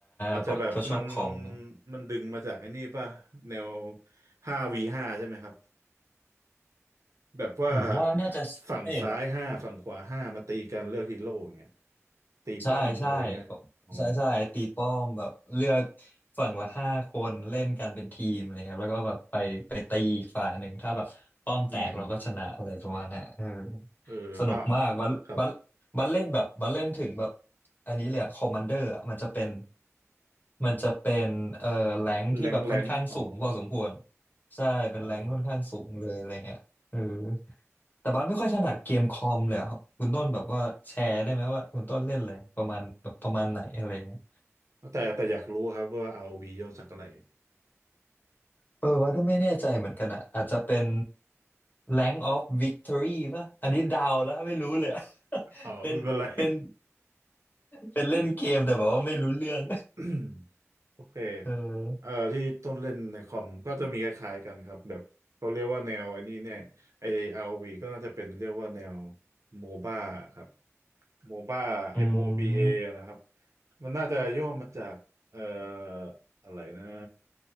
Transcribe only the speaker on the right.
อาจจะแบบมัน
มันดึงมาจากไอ้นี่ป่ะแนว 5v5 ใช่ไหมครับแบบว่า
ฝั่งซ้ายห้าฝั่งขวาห้ามาตีกันเลือกฮีโร่อย่างเงี้ยตีป้อมอะไรเงี้ยอ๋อ
อืมเอออ้าว
ครับ
แรงแรงอ๋อ
ว้าว
แต่แต่อยากรู้ครับว่า ROV ย่อจากอะไร
อ๋อไม่เป็นไร
<coughs> โอเค
เอ่อที่ต้นเล่นในคอมก็จะมีคล้ายๆกันครับแบบเขาเรียกว่าแนวไอ้นี่เนี่ยไอ้ ROV ก็น่าจะเป็นเรียกว่าแนวโมบ้าครับโมบ้า
MOBA
นะครับมันน่าจะย่อมาจากเอ่ออะไรนะ